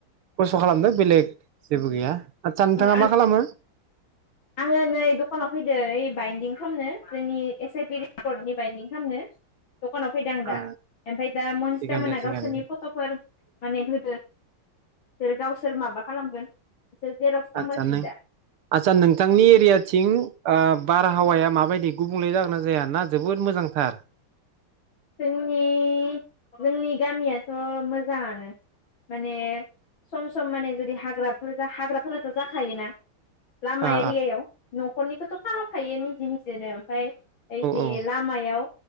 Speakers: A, on the right; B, on the left.
A: खस्थ खालामदो बेलेग जेबो गैया आदसा नोंथाङा
B: आं
A: मा खालामो
B: आङो नै दखानाव फैदो ओइ बाइन्दिं खामनो जोंनि एस आइ पि रिपर्नि बायेदिं खामनो <unintelligible> दखानाव फैदों आं दा
A: ओ
B: ओमफ्राय दा मोनजिथा
A: थिगानो
B: मोना
A: दे थिगानो
B: गावसोरनि
A: दे
B: फट फोर माने होदो इसोर गावसोर माबा खालामगोन बिसोर जेरक्स खालामगासिनो
A: आथसा नों
B: दा
A: आथसा नोंथांनि <unintelligible> थियाथिं ओ बारहावाया माबायदि गुबुंले जागोना जाया ना जोबोद मोजांथार?
B: जोंनि जोंनि गामियाथ मोजाङानो माने सम सम माने जुदि हाग्राफोरा हाग्राफोराथ जाखायोना लामा
A: ओ
B: एरियायाव न' न'खरनिखौथ' खालामखायो निजे निजेनो ओमफ्राय, ओइदि
A: ओ
B: लामायाव